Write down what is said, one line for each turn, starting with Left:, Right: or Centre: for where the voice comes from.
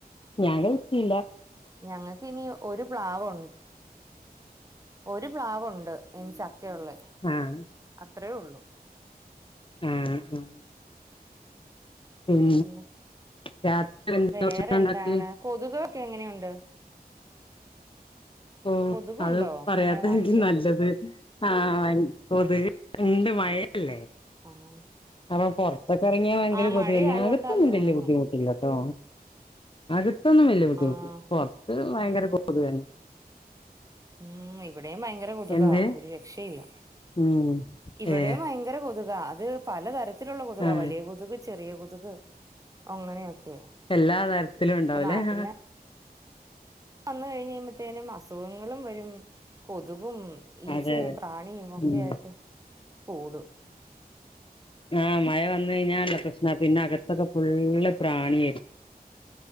Left: ഞാൻ വിച്ചില്ല
Right: ഞങ്ങൾക്കിനി ഒരു പ്ലാവ്വോ ണ്ട്...... ഒരു പ്ലാവ്ണ്ട് ഇനി ചക്കയൊള്ളേ
Left: ആഹ്
Right: അത്രയേ ഉള്ളൂ....
Left: ആഹ ആ ഉം.....
Right: പിന്നെ
Left: രാത്രി എന്ത്
Right: വേറെ
Left: ദോഷണ്ടാക്ക.....
Right: എന്താണ് കൊതുകൊക്കെ എങ്ങനെയുണ്ട്?
Left: ഓ
Right: കൊതുകുണ്ടോ
Left: അത് പറയാത്ത
Right: നിങ്ങളെ നാട്ടില്?
Left: എനിക്ക് നല്ലത് ആ എനിത്..... ഉണ്ട് മഴയല്ലെ
Right: ആഹ്
Left: അപ്പൊ പുറത്തൊക്കെ ഇറങ്ങിയാ ഭയങ്കര
Right: ആഹ്
Left: കൊതന്നെ
Right: മഴ ആയോണ്ടാന്ന്
Left: അകത്തൊന്നുംവല്യ
Right: തോന്നുന്നു.
Left: ബുദ്ധിമുട്ടില്ലട്ടോ.... ഇതൊന്നും വലിയ ബുദ്ധിമുട്ടില്ല
Right: ആഹ്
Left: പുറത്ത് ഭയങ്കര കോ അന്ന...
Right: ഉം ഇവിടെയും ഭയങ്കര കൊതുകാ
Left: എന്ത്
Right: ഒരു രക്ഷയില്ല......
Left: ഉം
Right: ഇവിടെയും
Left: ഏ
Right: ഭയങ്കര കൊതുകാ അത് പലതരത്തിലുള്ള കൊതുകാ
Left: ആ
Right: വലിയ കൊതുക് ചെറിയ കൊതുക്.... അങ്ങനെയൊക്കെ
Left: എല്ലാ തരത്തിലും ഉണ്ടാവൂലേ
Right: ഇപ്പൊ നാട്ടില്....
Left: ആ
Right: വന്ന കഴിഞ്ഞ്പോത്തേനും അസുഖങ്ങളും വരും..... തവും ഈച്ചയും
Left: അതെ അതെ
Right: പ്രാണിയും ഒക്കെ
Left: ഉം
Right: ആയിട്ട് കൂട......
Left: ആഹ മഴ വന്ന കഴിഞ്ഞാല്ല പ്രശ്ന പിന്നെ അകത്തൊക്കെ ഫുള് പ്രാണിയായിരിക്കും...